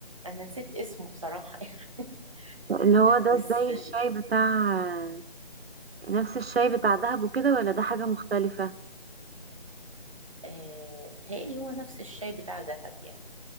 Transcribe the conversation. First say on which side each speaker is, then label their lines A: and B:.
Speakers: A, on the right; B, on the right.
A: أنا نسيت اسمه بصراحة <laughs>
B: اللي هو ده
A: بس
B: زي الشاي بتاع نفس الشاي بتاع دهب وكده ولا ده حاجة مختلفة
A: آه، متهيألي هو نفس الشاي بتاع دهب يعني